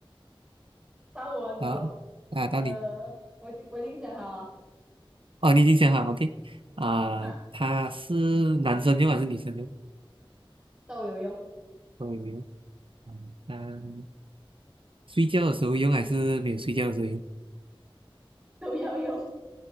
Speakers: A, on the right (about 15°); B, on the right (about 65°).
A: 到我的时候，
B: 好，啊，到你，
A: 呃，我已经我已经想好了
B: 哦，你已经想好，OK，啊，
A: 哈，
B: 他是男生用还是女生用？
A: 都有用，
B: 都有用。啊，那睡觉的时候用还是没有睡觉的时候用？
A: 都要用。